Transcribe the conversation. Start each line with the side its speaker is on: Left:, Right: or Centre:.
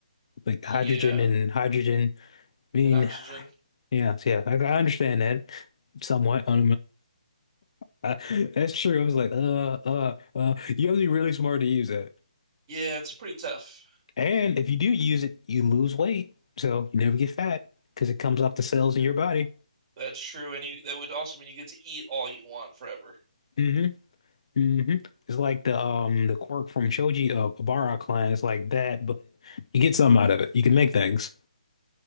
Left: Like
Right: yeah,
Left: hydrogen and hydrogen. I mean,
Right: and oxygen.
Left: yeah, so yeah. I, I understand that somewhat. <laughs> I That's true. I was like, uh, uh, uh. You have to be really smart to use that.
Right: Yeah, it's pretty tough.
Left: And if you do use it, you lose weight. So you never get fat because it comes off the cells in your body.
Right: That's true, and you that would also mean you get to eat all you want forever,
Left: hmm hmm It's like the um the quirk from Shoji uh, Obara clan. It's like that, but you get something out of it. You can make things.